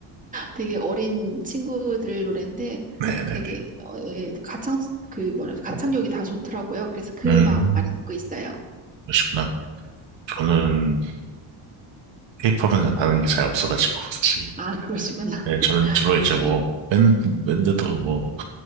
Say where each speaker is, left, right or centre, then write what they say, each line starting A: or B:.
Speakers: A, on the right (about 15°); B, on the right (about 65°).
A: 되게 어린 친구들 노래인데
B: 네네네.
A: 되게 어, 예, 가창 그 뭐라 그러지? 가창력이 다 좋더라고요. 그래서 그
B: 음,
A: 음악 많이 듣고 있어요.
B: 그러시구나. 저는 케이팝은 아는 게 잘 없어가지고 <laughs> 사실.
A: 아, 그러시구나. <laughs>
B: 네, 저는 주로 이제
A: 네,
B: 뭐 밴드, 밴드도 뭐